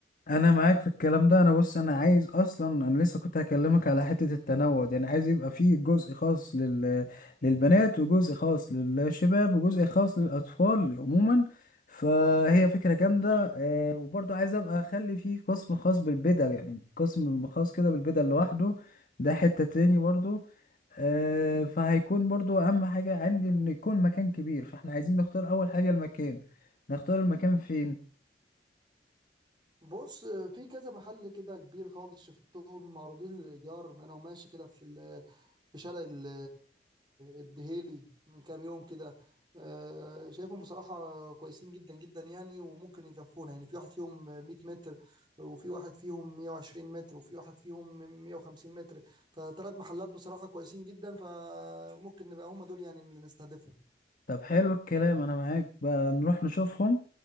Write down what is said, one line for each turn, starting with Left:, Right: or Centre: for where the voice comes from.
Left: انا معاك في الكلام ده انا بص انا عايز اصلا انا لسه كنت هكلمك على حتة التنوع دي انا عايز يبقى فيه جزء خاص لل... للبنات وجزء خاص للشباب وجزء خاص للاطفال عموما فهي فكرة جامدة آه، وبرضه عايز ابقى اخلي فيه قسم خاص بالبدل يعني قسم خاص كده بالبدل لوحده ده حتة تاني برضه آه، فهيكون برضه اهم حاجة عندي ان يكون مكان كبير فاحنا عايزين نختار اول حاجة المكان نختار المكان فين
Right: بص في كذا محل كده كبير خالص شفتهم معروضين للإيجار أنا وماشي كده في ال- في شارع ال- الدهيلي من كام يوم كده آه، شايفهم بصراحة كويسين جدا جدا يعني وممكن يكفونا يعني في واحد فيهم 100 متر وفي واحد فيهم 120 متر وفي واحد فيهم 150 متر فثلاث محلات بصراحة كويسين جدا فممكن نبقى هم دول يعني اللي نستهدفهم
Left: طب حلو الكلام انا معاك بقى نروح نشوفهم